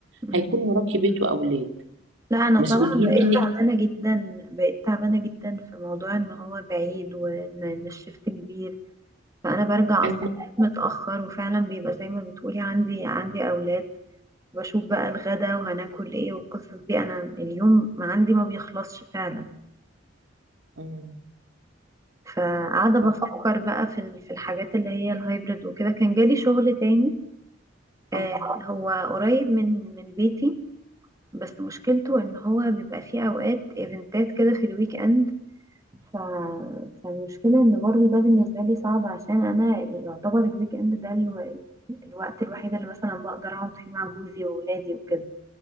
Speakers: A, on the right; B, on the right.
A: مم.
B: هيكون وراكي بيت وأولاد
A: لا انا
B: مسؤولين
A: طبعا بقيت
B: منك
A: تعبانه جدا بقيت تعبانه جدا في موضوع ان هو بعيد وان إن الشفت كبير فانا برجع
B: أهم
A: اصلا متاخر وفعلا بيبقى زي ما بتقولي عندي عندي اولاد بشوف بقى الغدا وهناكل ايه والقصص دي انا اليوم ما عندي ما بيخلصش فعلا
B: مم.
A: فقاعده بفكر
B: ف-
A: بقى في ال- في الحاجات اللي هي الهايبرد وكده كان جالي شغل تاني
B: اه
A: آه هو قريب من من بيتي بس مشكلته ان هو بيبقى فيه اوقات ايفنتات كده في الويك اند ف... فالمشكلة ان برضو ده بالنسبة لي صعب عشان انا يعتبر الويك اند ده الو... الوقت الوحيد اللي مثلا بقدر اقعد فيه مع جوزي واولادي وكده